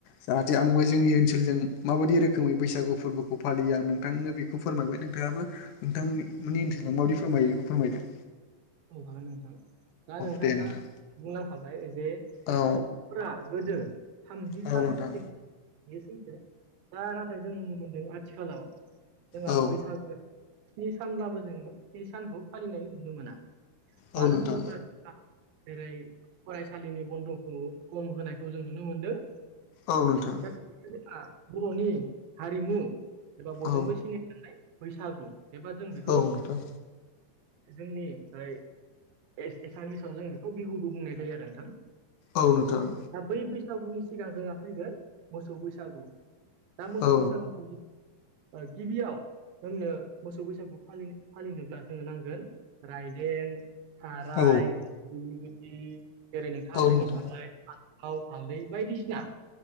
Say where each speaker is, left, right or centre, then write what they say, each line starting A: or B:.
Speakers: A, on the left; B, on the right.
A: जाहाथे आंबो जोंनि ओनसोलजों माबायदि रोखोमै बैसागु फोरबोखौ फालियो आं नोंथांनो बेखौ फोरमायबाय नोंथाङाबो नोंथांमोन नि ओनसोलाव माबायदि फोरमायो बेखौ फोरमायदों
B: औ हागोन नोंथां दा नोंथाङा
A: दे नोंथां
B: बुंलांखाबाय जे
A: औ
B: बर'फोरा गोदो थामजि
A: औ
B: सानसिम
A: नोंथां
B: बे सैथो दा नाथाय जों नुनो मोनदों आथिखालाव जोंहा
A: औ
B: बैसागो स्नि सानब्लाबो जोङो स्नि सानखौ फालिनाय नुनो मोना
A: औ
B: मानो
A: नोंथां
B: होनोब्ला जेरै फरायसालिनि बन्द'खौ खम होनायखौ जों नुनो मोनदों।
A: औ नोंथां
B: दा बिदि होनना <unintelligible> बर'नि हारिमु एबा बयजोंबो
A: औ
B: सिनायनानै बैसागु एबा जों बेखौ
A: औ नोंथां
B: जोंनिहाय एस एसामिसाव जों बेखौ बिहुबो बुंनाय जायो आरो नोंथां।
A: औ नोंथां
B: दा बै बैसागुनि सिगां जोंहा फैगोन मोसौ बैसागु दा मोसौ
A: औ
B: बैसागुखौ गिबियाव जोंनो मोसौ बैसागु फालि फालिनोब्ला जोंनो नांगोन राइदें थाराइ
A: औ नोंथां औ
B: दिग्लि गुति जेरै नोंथाङा बुंलांखाबाय
A: नोंथां
B: थाव हालदै बायदिसिना